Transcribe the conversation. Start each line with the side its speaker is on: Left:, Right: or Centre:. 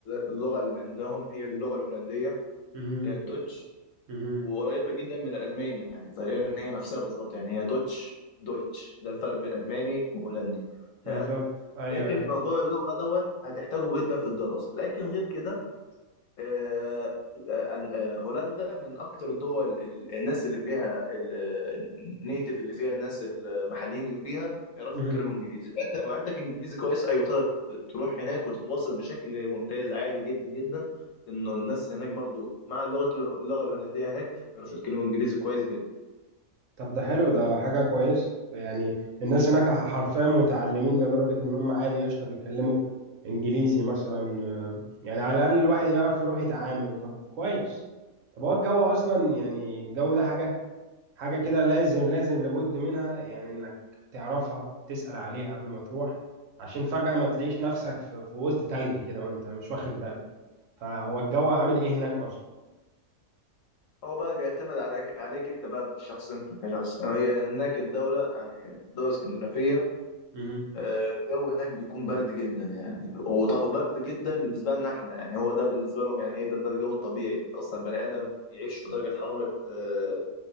Left: اللغة اللي عندهم هي اللغة الهولندية
Right: مهم.
Left: اللي هي الدوتش
Right: مهم.
Left: وقريبه جدا من الالماني يعني تقريبا ان هي نفسها بالظبط يعني هي دوتش دويتش ده الفرق بين الماني وهولندي تمام
Right: بالظبط ايوه
Left: لكن
Right: ايوه
Left: الموضوع اللغه دوت هتحتاجه جدا في الدراسه لكن غير كده آه، آه، هولندا من اكتر الدول ال- الناس اللي فيها النيتيف اللي فيها الناس المحليين اللي فيها بيعرفوا
Right: مهم.
Left: يتكلموا انجليزي فانت لو عندك انجليزي كويس ايوه تقدر تروح هناك وتتواصل بشكل ممتاز عادي جدا جدا لانه الناس هناك برضو مع اللغه اللغه الهولنديه هناك بيعرفوا يتكلموا انجليزي كويس جدا
Right: طب ده حلو ده حاجه كويس يعني الناس هناك حرفيا متعلمين لدرجه ان هم عادي قشطه بيتكلموا انجليزي مثلا آه، يعني على الاقل الواحد يعرف يروح يتعامل طب كويس طب هو الجو اصلا يعني الجو ده حاجه حاجة كده لازم لازم لابد منها يعني انك تعرفها تسأل عليها قبل ما تروح عشان فجأة ما تلاقيش نفسك في, في وسط تلج كده وانت مش واخد بالك فهو الجو عامل ايه هناك اصلا
Left: هو بقى بيعتمد عليك عليك انت بقى في الشخص انت كشخص هي هناك الدوله يعني دوله اسكندنافيه
Right: مهم.
Left: آه، الجو هناك بيكون برد جدا يعني وط- وبرد جدا بالنسبة لنا احنا يعني هو ده بالنسبة لهم يعني ايه ده ده الجو الطبيعي انت اصلا بني ادم يعيش في درجة حرارة آه،